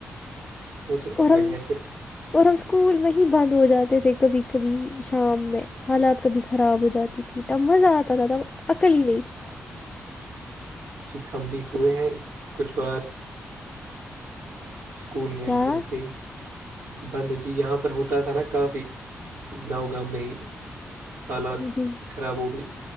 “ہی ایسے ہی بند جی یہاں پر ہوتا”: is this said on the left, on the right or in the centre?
Right